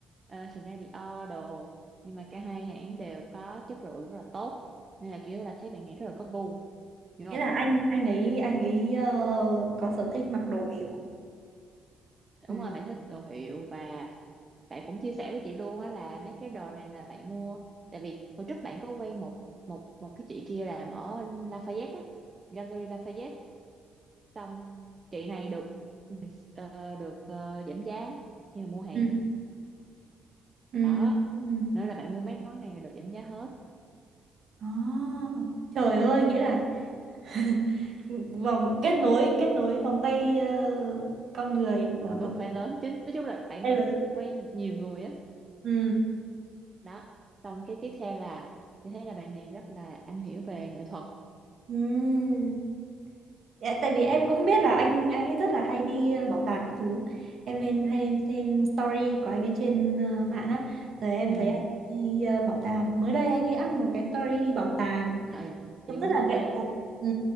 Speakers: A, on the right; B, on the right.
A: uh, Chanel Dior đồ nhưng mà cả hai hãng đều có chất lượng rất là tốt nên là kiểu là thấy bạn này rất là có gu hiểu không
B: nghĩa là anh anh ấy anh ấy ờ, có sở thích mặc đồ hiệu ừ.
A: đúng rồi bạn thích đồ hiệu và bạn cũng chia sẻ với chị luôn á là mấy cái đồ này là bạn mua tại vì hồi trước bạn có quay một một một cái chị kia làm ở Lafayette á Gallery Lafayette xong chị này được ờ, được ờ, giảm giá nhưng mà mua hàng
B: Ừ. Ừ.
A: đó
B: Ừ.
A: nên là bạn mua mấy món này là được giảm giá hết
B: À, trời ơi nghĩa là <laughs> vòng kết nối kết nối vòng tay ờ, con người
A: còn
B: nó rất
A: còn phải lớn chính nói chung là bạn
B: là
A: này
B: lớn
A: quen nhiều người á
B: ừ.
A: đó xong cái tiếp theo là thì thấy là bạn này rất là am hiểu về nghệ thuật
B: Ừ. Dạ, tại vì em cũng biết là anh anh ấy rất là hay đi ờ, bảo tàng các thứ em lên hay em xem story của anh ấy trên ờ, mạng á rồi em
A: ừ,
B: thấy anh đi ờ, bảo tàng mới đây anh ấy up một cái story đi bảo tàng
A: ừ chị
B: trông
A: cũng
B: rất là
A: có thấy
B: nghệ thuật ừ,